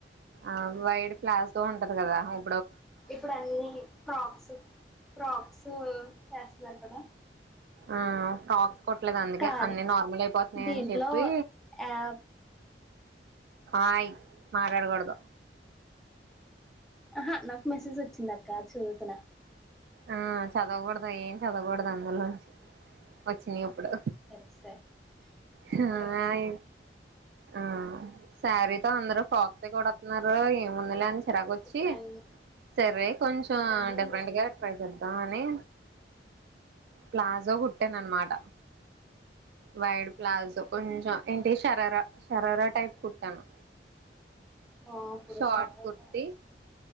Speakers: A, on the right (about 65°); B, in the centre.
A: ఆ వైట్ ప్లాస్తో ఉంటది, కదా అవ్
B: ఇప్పుడు అన్ని ఫ్రాక్స్ ఫ్రాక్స్ చేస్తున్నారు కదా
A: ఆ ఫ్రాక్స్ కొట్టలేదు అందుకే
B: కారే
A: అన్ని నార్మల్ అయిపోతున్నాయి
B: దీంట్లో
A: అని చెప్పి
B: యాప్
A: ఆయ్ మాట్లాడకూడదు
B: ఆహ నాకు మెసేజ్ వచ్చింది అక్క చూద్ త్తన్నా
A: ఆ చదవకూడదు ఏం చదకూడదు అందులోంచి వచ్చినయి ఇప్పుడు
B: సరే సరే
A: హ్
B: ఇప్పుడే వచ్చింది
A: హా యి
B: సరే
A: ఆ శారీతో అందరు ఫ్రాక్సే కొడుతున్నారు ఏ ముందులే అన్సి చిరాగొచ్చి
B: ఇప్పుడు అన్ని
A: సరే కొంచెం
B: ఇప్పుడు అన్నీ
A: డిఫరెంట్
B: అయ్యాయి
A: గా ద్దాన్నే ప్లాజో కుట్టాను అనమాట వైడ్ ప్లాజో కొంచెం ఏంటి ష్ శషరరా శషరరా టైప్ కుట్టాను
B: ఆ అప్పుడ
A: షార్ట్
B: చాలా <unintelligible>
A: కుర్తి